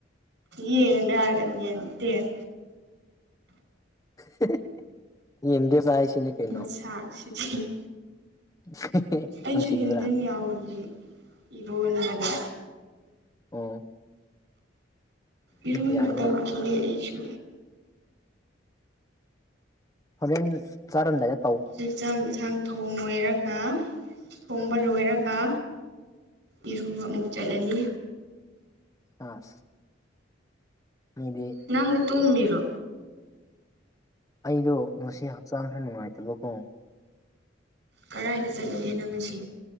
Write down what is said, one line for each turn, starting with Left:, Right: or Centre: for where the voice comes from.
Right: ꯌꯦꯟꯅꯦ ꯍꯥꯏꯔꯒ ꯌꯦꯟꯇꯦꯝ
Left: ꯍꯦ ꯍꯦ ꯌꯦꯟꯗ ꯆꯥꯏꯁꯤꯅꯦ ꯀꯩꯅꯣ
Right: ꯃꯁꯥꯛ ꯁꯤꯗꯤ
Left: <unintelligible>
Right: ꯑꯩꯁꯨ
Left: ꯅꯨꯡꯁꯤꯕ꯭ꯔꯥ
Right: ꯌꯦꯟꯗꯦꯝ ꯌꯥꯎꯔꯤꯌꯦ ꯏꯔꯣꯟꯕꯗ
Left: ꯑꯣ
Right: ꯏꯔꯣꯟꯕ
Left: ꯌꯥꯏꯅꯦ
Right: ꯇꯧꯈꯤꯒꯦ ꯑꯩꯁꯨ
Left: ꯐꯖꯟ ꯆꯔꯝꯗꯥꯂꯦ
Right: ꯍꯧꯖꯤꯛ ꯆꯥꯛ ꯏꯟꯁꯥꯡ ꯊꯣꯡ ꯂꯣꯏꯔꯒ ꯊꯣꯡꯕ ꯂꯣꯏꯔꯒ ꯏꯔꯨꯕ ꯑꯃꯨꯛ ꯆꯠꯂꯅꯤ
Left: ꯑꯥ <unintelligible>
Right: ꯅꯪꯗꯤ ꯇꯨꯝꯃꯤꯔꯣ
Left: ꯑꯩꯗꯣ ꯉꯁꯤ ꯍꯛꯆꯥꯡ ꯈꯔ ꯅꯨꯡꯉꯥꯏꯇꯕꯀꯣ
Right: ꯀꯗꯥꯥꯏꯗ ꯆꯠꯂꯨꯒꯦ ꯅꯪꯁꯤ ꯉꯁꯤ